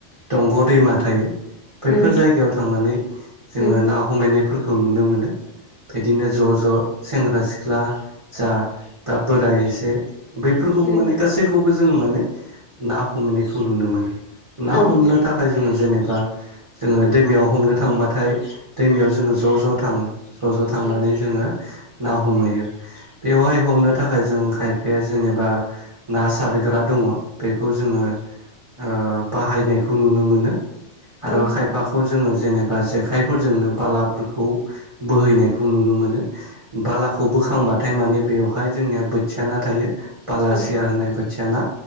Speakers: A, on the right; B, on the left.
A: दंग' दैमा थायो बैफोर
B: उम
A: जायगायाव थांनानै जोङो
B: उम
A: ना हमैनाय फोरखौ नुनो मोनो बिदिनो ज' ज' सेंग्रा सिख्ला जा दा बोराय एसे बैफोरखौबो
B: उम
A: माने गासैखौबो जोङो माने ना हमनायखौ नुनो मोनो ना
B: औ
A: हमनो थाखाय जोङो जेनेबा जोङो दैमायाव हमनो थांबाथाय दैमायाव जोङो ज' ज' थाङो ज' ज' थांनानै
B: उम
A: जोङो ना हमहैयो बेवहाय हमनो थाखाय थाखाय जों खायफाया जेनेबा ना सारग्रा दङ बेखौ जोङो ओ बाहायनायखौ नुनो मोनो आरो
B: औ
A: खायफाखौ जोङो जेनेबा जेखायफोरजोंनो बालाफोरखौ बोहैनायखौ नुनो मोनो बाला खौ बोखांबाथाय माने बेवहाय जोंनिया बोथिया ना थायो बालासिया
B: उम
A: होननाय बोथिया ना